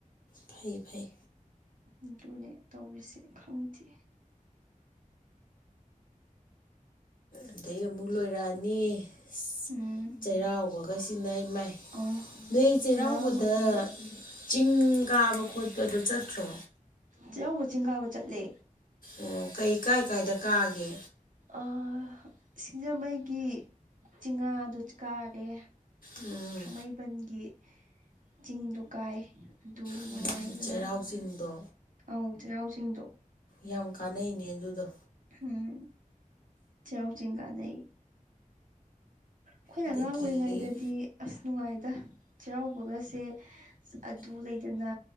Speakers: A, on the left; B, on the right.
A: ꯐꯩ ꯐꯩ
B: ꯑꯗꯨꯅꯦ ꯇꯧꯔꯤꯁꯦ ꯈꯪꯗꯦ
A: ꯑꯗꯩ ꯑꯃꯨꯛ ꯂꯣꯏꯔꯛꯑꯅꯤ ꯑꯁ
B: ꯎꯝ
A: ꯆꯩꯔꯥꯎꯕꯒꯁꯤꯅ ꯏꯃꯥꯏ
B: ꯑꯣ
A: ꯅꯣꯏ ꯆꯩꯔꯥꯎꯕꯗ
B: ꯆꯩꯔꯥꯎꯕꯒꯤ
A: ꯆꯤꯡ ꯀꯥꯕ ꯈꯣꯠꯄꯗꯨ ꯆꯠꯇ꯭ꯔꯣ
B: ꯆꯩꯔꯥꯎꯕ ꯆꯤꯡ ꯀꯥꯕ ꯆꯠꯂꯦ
A: ꯑꯣ ꯀꯩ ꯀꯥꯏ ꯀꯥꯏꯗ ꯀꯥꯒꯦ
B: ꯑ ꯁꯤꯡꯖꯃꯩꯒꯤ ꯆꯤꯉꯥꯗꯨ ꯀꯥꯔꯦ
A: ꯎꯝ
B: ꯊꯥꯡꯃꯩꯕꯟꯒꯤ ꯆꯤꯡꯗꯨ ꯀꯥꯏ ꯑꯗꯨ
A: ꯎꯝ
B: ꯃꯉꯥꯏꯗꯅ
A: ꯆꯩꯔꯥꯎ ꯆꯤꯡꯗꯣ
B: ꯑꯧ ꯆꯦꯔꯥꯎ ꯆꯤꯡꯗꯣ
A: ꯌꯥꯝ ꯀꯥꯅꯩꯅꯦ ꯑꯗꯨꯗꯣ
B: ꯍꯝ ꯆꯦꯔꯥꯎ ꯆꯤꯡ ꯀꯥꯅꯩ ꯜꯈꯣꯏꯅ
A: ꯑꯗꯒꯤ
B: ꯑꯉꯥꯡ ꯑꯣꯏꯔꯤꯉꯩꯗꯗꯤ ꯑꯁ ꯅꯨꯉꯥꯏꯗ ꯆꯩꯔꯥꯎꯕꯒꯁꯦ ꯑꯗꯨ ꯂꯩꯗꯅ